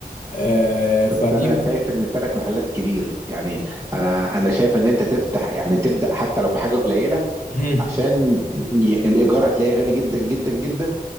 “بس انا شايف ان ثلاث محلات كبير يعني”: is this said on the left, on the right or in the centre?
Right